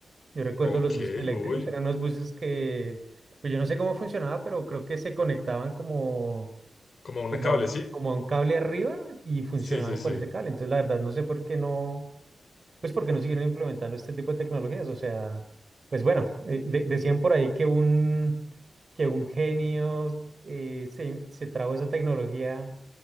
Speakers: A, on the right; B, on the left.
A: Yo recuerdo
B: Ok,
A: los buses eléctricos,
B: uy,
A: eran unos buses que, pues yo no sé cómo funcionaba, pero creo que se conectaban como,
B: como un
A: como
B: cable,
A: a un,
B: ¿sí?
A: como a un cable arriba y funcionaban
B: Sí, sí, sí.
A: con ese cable. Entonces la verdad no sé por qué no. Pues porque no siguieron implementando este tipo de tecnologías. O sea, pues bueno, eh, de- decían por ahí que un, que un genio eh, se, se trajo esa tecnología